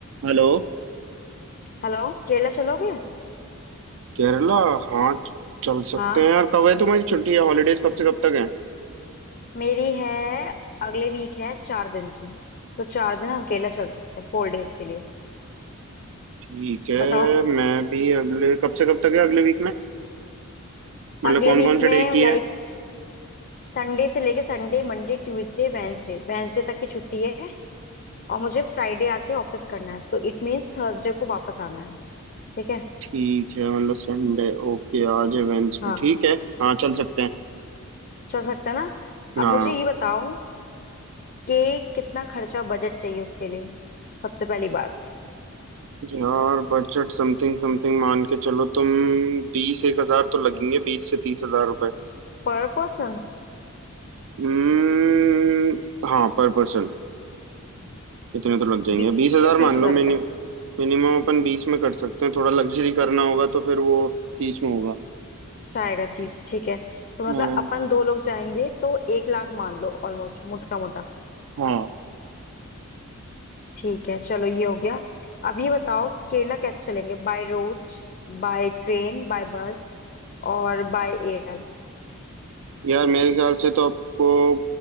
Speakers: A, on the right; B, on the left.
A: Hello
B: Hello Kerala चलोगे
A: Kerala हाँ चल सकते
B: हाँ
A: हैं यार कब है तुम्हारी छुट्टी है हॉलीडेज कब से कब तक है
B: मेरी है अगले वीक है चार दिन की तो चार दिन हम केरला चल सकते हैं फोर डेज के लिए
A: ठीक है
B: बताओ
A: मैं भी अगले कब से कब तक है अगले वीक में मतलब
B: अगले
A: कौन
B: वीक
A: कौन से
B: में
A: डे की
B: लाइक
A: है
B: संडे से लेके Sunday Monday Tuesday Wednesday Wednesday तक की छुट्टी है और मुझे फ्राइडे आके ऑफिस करना है तो इट मीन्स थर्सडे को वापस आना है ठीक है
A: ठीक है मतलब संडे ओके आज है वेंसडे
B: हाँ
A: ठीक है हाँ चल सकते हैं
B: चल सकते हैं ना अब
A: हाँ
B: मुझे ये बताओ कि कितना खर्चा बजट चाहिए उसके लिए सबसे पहली बात
A: यार बजट समथिंग समथिंग मान के चलो तुम बीस एक हजार तो लगेंगे बीस से तीस हजार रुपए
B: पर पर्सन
A: हम्म हाँ पर पर्सन इतने तो लग जाएंगे
B: बीस
A: बीस हजार
B: से
A: मान
B: तीस हजार
A: लो मिनि, मिनिमम अपन बीस में कर सकते हैं थोड़ा लग्जरी करना होगा तो फिर वो तीस में होगा
B: जाएगा तीस ठीक है तो मतलब
A: हाँ
B: अपन दो लोग जाएंगे तो एक लाख मान लो ऑलमोस्ट मोटा मोटा
A: हाँ
B: ठीक है चलो ये हो गया अब ये बताओ केरला कैसे चलेंगे By road by train by bus और बाय एयर
A: यार मेरे ख्याल से तो आपको